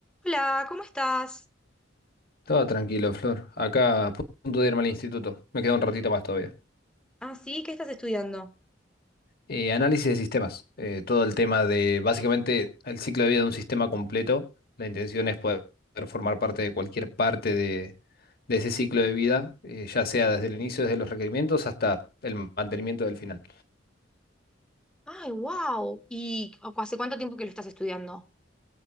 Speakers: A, in the centre; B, on the left (about 55°).
A: Hola, ¿cómo estás?
B: Todo tranquilo, Flor. Acá a punto de irme al instituto. Me queda un ratito más todavía.
A: Ah, sí, ¿qué estás estudiando?
B: Eh, análisis de sistemas. Eh, todo el tema de, básicamente, el ciclo de vida de un sistema completo. La intención es poder formar parte de cualquier parte de, de ese ciclo de vida, eh, ya sea desde el inicio, desde los requerimientos, hasta el mantenimiento del final.
A: Ay, wow. ¿Y cu- hace cuánto tiempo que lo estás estudiando?